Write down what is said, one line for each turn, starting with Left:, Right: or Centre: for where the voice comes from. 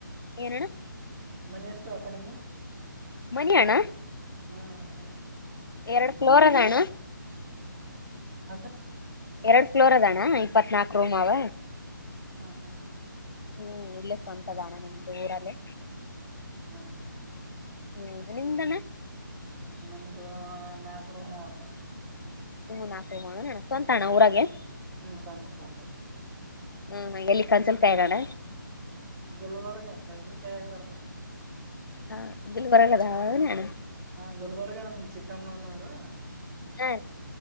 Left: ಏನಣ್ಣ
Right: ಮನ ಎಷ್ಟು ಅಕ ನಿಮ್ಮ
Left: ಮನಿಯಣ
Right: ಹ್ಮ್ ಬ
Left: ಎರಡು ಫ್ಲೋರದಣ
Right: ಅ
Left: ಎರಡು ಫ್ಲೋರ್ ಅದಣ್ಣ ಇಪ್ಪತ್ನಾಕೂರೂಮ್ ಅವ
Right: ಹಾ ಹಾ
Left: ಹ್ಮ ಇಲ್ಲೇ ಸ್ವಂತದಣ ನಮ್ದು ಊರಲ್ಲೇ
Right: ಹಾ ಹಾ
Left: ಹ್ಮ ನಿಮ್ದನ
Right: ನಮ್ದು ನಾಕ ರರು ಮಾವತ್
Left: ನಿಮ್ವು ನಾಲ್ಕು ಮಾವನಣ್ಣ ಸ್ವಂತ
Right: ಹ್ಮ್
Left: ಅಣ್ಣ ಊರಾಗೆ
Right: ಹ್ಮ್ ಶಂತಕಟ್ಟ
Left: ಹ್ಮ್ ಹ್ಮ ಎಲ್ಲಿ ಕನ್ಸಲ್ ಕಾಯರೋಣ
Right: ಗುಲಬರ್ಗ ಕಂಸಿಲ್ ಕೈಯಗ ಬಾರತ
Left: ಹಾ ಇಲ್ಲಿ ಬಲದಾವನಾನ
Right: ಹಾ ಗುಲ್ಬರ್ಗ ನಮ್ ಚಿಕ್ಕಮ್ಮನೂರು
Left: ಹಾ